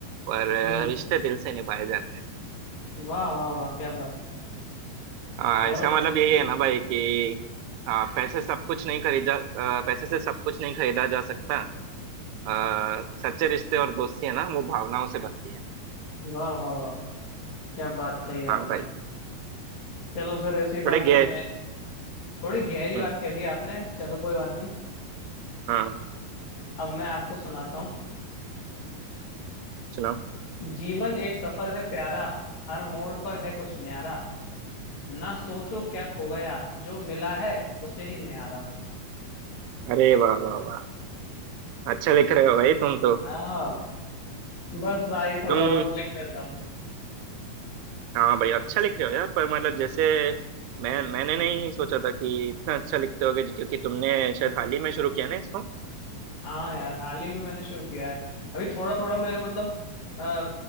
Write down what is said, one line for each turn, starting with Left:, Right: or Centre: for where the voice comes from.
Right: पर
Left: हम्म
Right: रिश्ते दिल से निभाए जाते हैं
Left: वाह वाह वाह क्या बात
Right: हाँ
Left: दौलत
Right: इसका
Left: तो
Right: मतलब
Left: कितने
Right: यही
Left: ही
Right: है
Left: का
Right: ना भाई
Left: है
Right: कि हाँ पैसे सब कुछ नहीं खरीदा अ, पैसे से सब कुछ नहीं खरीदा जा सकता आ, सच्चे रिश्ते और दोस्ती है ना वो भावनाओं से बनती है
Left: वाह वाह वाह क्या बात कही
Right: हाँ
Left: आपने
Right: भाई
Left: चलो फिर इसी
Right: थोड़े
Left: बात
Right: गए
Left: पे मैं थोड़ी गहरी
Right: हम्म
Left: बात कह दी आपने चलो कोई बात नहीं
Right: हाँ
Left: अब मैं आपको सुनाता हूँ
Right: सुनाओ
Left: जीवन एक सफर है प्यारा हर मोड़ पर है कुछ न्यारा ना सोचो क्या खो गया जो मिला है उसे ही न्यारा
Right: अरे वाह वाह वाह अच्छा लिख रहे हो भाई तुम तो
Left: हाँ बस भाई थोड़ा
Right: तुम
Left: बहुत लिख लेता हूँ
Right: हाँ भाई अच्छा लिख रहे हो यार पर मतलब जैसे मैं मैंने नहीं सोचा था कि इतना अच्छा लिखते होगे क्योंकि तुमने शायद हाल ही में शुरू किया ना इसको
Left: हाँ यार हाल ही में मैंने शुरू किया है अभी थोड़ा थोड़ा मेरे मतलब आ,